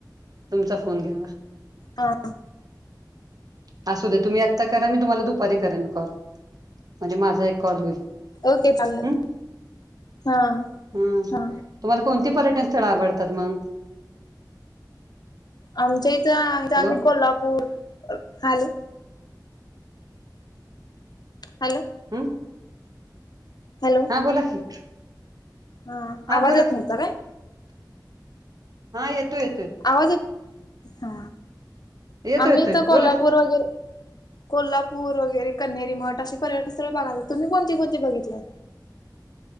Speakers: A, on the right; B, on the left.
A: तुमचा फोन घ्यावा
B: हा
A: अस असू द्या तुम्ही आत्ता करा मी तुम्हाला दुपारी करेन कॉल म्हणजे माझा एक कॉल होईल
B: ओके चालेल
A: हम्
B: हा
A: हम
B: हा
A: तुम्हाला कोणती पर्यटन स्थळ आवडतात मग
B: आमच्या इथं
A: हॅलो
B: इथ आम्ही कोल्हापूर हॅलो हॅलो
A: हम
B: हॅलो
A: हां बोला की
B: हा आवाज
A: बोला
B: येत नव्हता
A: की
B: काय
A: हा येतोय येतोय
B: आवाज य हा
A: येतोय
B: आम्हीथ
A: येतोय बोला
B: कोल्हापूर
A: की
B: वगैरे कोल्हापूर वगैरे कन्रीमठ अे पर्यटक स्थळे बघायात तुम्ही कोणती कोणती बघितले